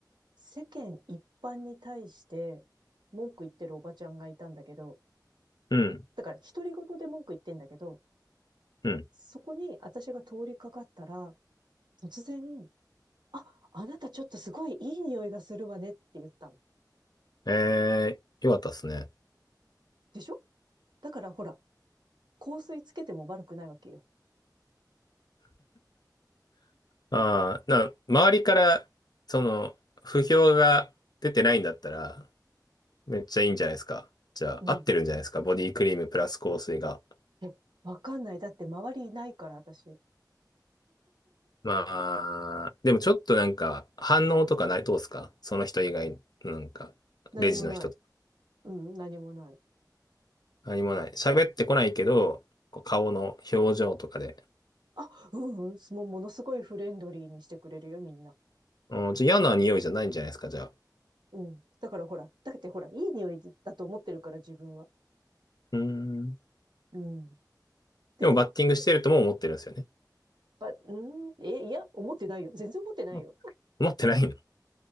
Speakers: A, on the right; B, on the left.
A: 世間一般に対して文句言ってるおばちゃんがいたんだけど、
B: うん。
A: だから独り言で文句言ってんだけど、
B: うん。
A: そこに私が通りかかったら、突然、あ、あなたちょっとすごいいい匂いがするわねって言ったの。
B: えー、よかったっすね。
A: でしょだからほら、香水つけても悪くないわけよ。
B: ああ、な、周りから、その、不評が出てないんだったら、めっちゃいいんじゃないですか。じゃあ、
A: うん。
B: 合ってるんじゃないですか。ボディクリームプラス香水が。
A: え、わかんない。だって周りいないから、私。
B: まあ、でもちょっとなんか、反応とかない、どうっすかその人以外、なんか、
A: 何もない。
B: レジの人
A: うん、何もない。
B: 何もない。喋ってこないけど、こう顔の表情とかで。
A: あ、うんうん、もうものすごいフレンドリーにしてくれるよ、みんな。
B: うん、じゃあ嫌な匂いじゃないんじゃないですか、じゃあ。
A: うん。だからほら、だってほら、いい匂いだと思ってるから、自分は。
B: うーん。
A: うん。で、
B: でもバッティングしてるとも思ってるんですよね。
A: ば、うん、え、いや、思ってないよ。全然思ってないよ。
B: も思ってないの